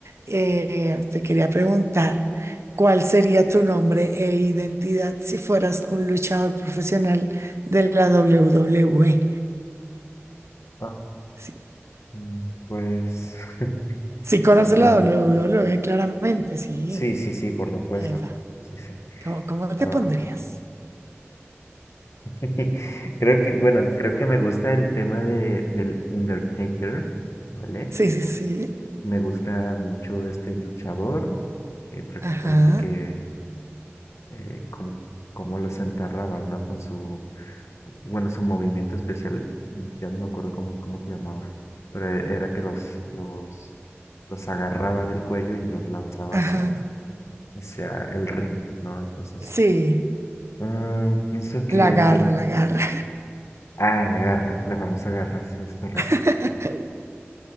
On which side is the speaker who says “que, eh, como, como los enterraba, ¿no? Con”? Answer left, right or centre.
Left